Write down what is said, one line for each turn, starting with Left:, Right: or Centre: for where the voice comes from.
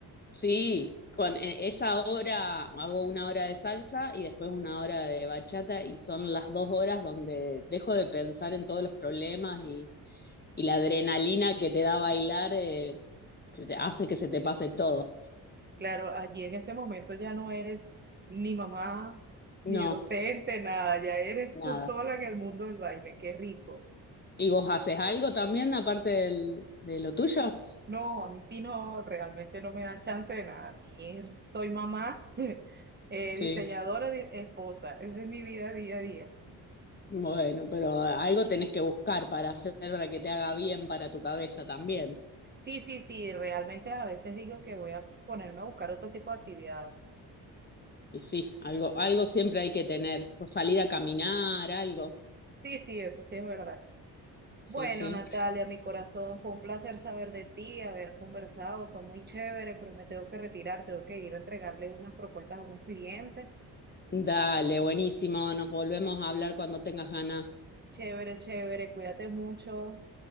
Left: Sí, con e- esa hora hago una hora de salsa y después una hora de bachata y son las dos horas donde dejo de pensar en todos los problemas y y la adrenalina que te da bailar eh, se te- hace que se te pase todo.
Right: Claro, allí en ese momento ya no eres ni mamá,
Left: No,
Right: ni docente, nada, ya eres
Left: nada.
Right: tú sola en el mundo del baile, qué rico.
Left: ¿Y vos haces algo también aparte del- de lo tuyo?
Right: No, a mí sí no, realmente no me dan chance de nada. A mí es- soy mamá, <laughs> eh,
Left: Sí,
Right: diseñadora, di- esposa, esa es mi vida día a día.
Left: bueno, pero algo tenés que buscar para hacer, para que te haga bien para tu cabeza también.
Right: Sí, sí, sí, realmente a veces digo que voy a ponerme a buscar otro tipo de actividades.
Left: Y sí, algo, algo siempre hay que tener. O salir a caminar, algo.
Right: Sí, sí, eso sí es verdad.
Left: Sí,
Right: Bueno,
Left: sí.
Right: Natalia, mi corazón, fue un placer saber de ti, haber conversado, fue muy chévere, pero me tengo que retirar, tengo que ir a entregarle unas propuestas a unos clientes.
Left: Dale, buenísimo. Nos volvemos a hablar cuando tengas ganas.
Right: Chévere, chévere, cuídate mucho.